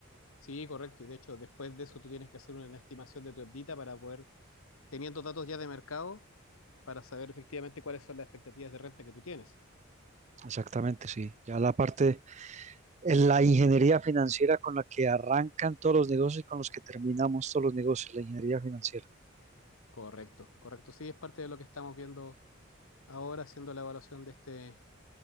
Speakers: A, on the left (about 75°); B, on the right (about 35°).
A: Sí, correcto. Y de hecho, después de eso tú tienes que hacer una estimación de tu EBITDA para poder, teniendo datos ya de mercado, para saber efectivamente cuáles son las expectativas de renta que tú tienes.
B: Exactamente, sí. Ya la parte, en la ingeniería financiera con la que arrancan todos los negocios y con los que terminamos todos los negocios, la ingeniería financiera.
A: Correcto, correcto. Sí, es parte de lo que estamos viendo ahora, haciendo la evaluación de este,